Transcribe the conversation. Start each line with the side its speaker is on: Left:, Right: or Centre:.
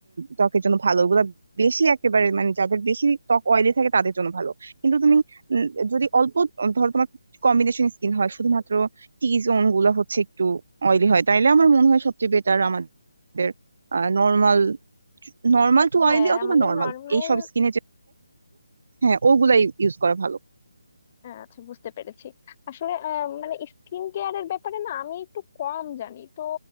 Right: ত্বকের জন্য ভালো ওগুলো বেশি একেবারে মানে যাদের বেশি ত্বক অয়েলি থাকে তাদের জন্য ভালো কিন্তু তুমি উম, যদি অল্প উম, ধরো তোমার কম্বিনেশন স্কিন হয় শুধুমাত্র টি জোন গুলো হচ্ছে একটু অয়েলি হয় তাইলে আমার মনে হয় সবচেয়ে বেটার আমাদের নর্মাল নর্মাল টু
Left: হ্যাঁ
Right: অয়েলি অথবা
Left: আমাদের
Right: নর্মাল
Left: নর্মাল
Right: এইসব স্কিনে যে হ্যাঁ ওগুলাই ইউজ করা ভালো
Left: আচ্ছা বুঝতে পেরেছি আসলে আহ, মানে স্কিন কেয়ারের ব্যাপারে না আমি একটু কম জানি তো